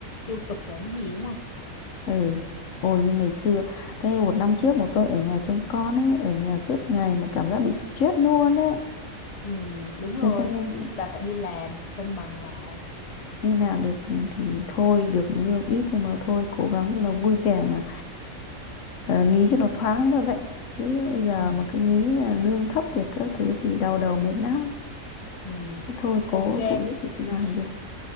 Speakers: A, on the left; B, on the left.
A: tiêu cực làm gì đúng không
B: ừ ôi như ngày xưa cái một năm trước một tôi ở nhà trông con ấy ở nhà suốt ngày mà cảm giác bị stress luôn ấy
A: Ừ, đúng rồi.
B: thế cho nên
A: Nên bà phải đi làm để cân bằng lại.
B: đi làm được thì thôi được lương ít nhưng mà thôi cố gắng cho nó vui vẻ mà ờ, nghĩ cho nó thoáng đến thôi vậy chứ bây giờ
A: Ừ.
B: mà cứ nghĩ là lương thấp thì các thứ thì đau đầu mệt lắm
A: Ừ.
B: Thế thôi cố
A: Ok.
B: phụ giúp được thế nào là được